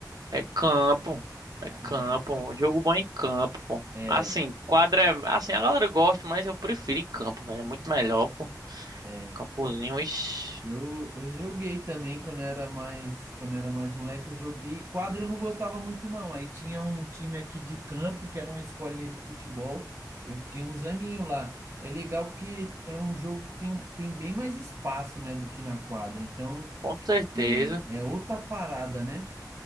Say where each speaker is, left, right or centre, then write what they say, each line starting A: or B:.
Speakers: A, on the right (about 65°); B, on the right (about 40°).
A: É campo.
B: Caraca.
A: É campo. Jogo bom é em campo, pô.
B: É,
A: Assim, quadra é. Assim, a galera gosta, mas eu prefiro em campo, velho. É muito melhor, pô.
B: é.
A: Campozinho, ixi,
B: Eu, eu joguei também quando era mais, quando era mais moleque, eu joguei. Quadra eu não gostava muito, não. Aí tinha um time aqui de campo, que era uma escolinha de futebol. Eu fiquei uns aninhos lá. É legal porque é um jogo que tem, um- tem bem mais espaço, né, do que na quadra. Então,
A: com certeza.
B: é, é outra parada, né?